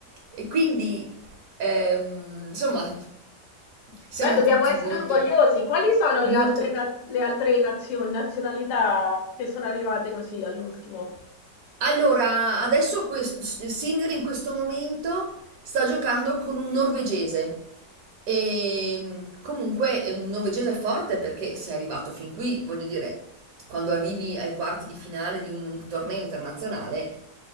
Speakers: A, on the right; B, on the left.
A: E quindi, ehm, insomma, siamo
B: beh, dobbiamo
A: tutti
B: essere
A: molto
B: orgogliosi. Quali sono
A: molto
B: le altre, na- le altre nazioni, nazionalità che sono arrivate così all'ultimo?
A: Allora, adesso quest- Sinner in questo momento sta giocando con un norvegese. E mh, comunque è un norvegese forte perché se è arrivato fin qui, voglio dire, quando arrivi ai quarti di finale di un, un torneo internazionale,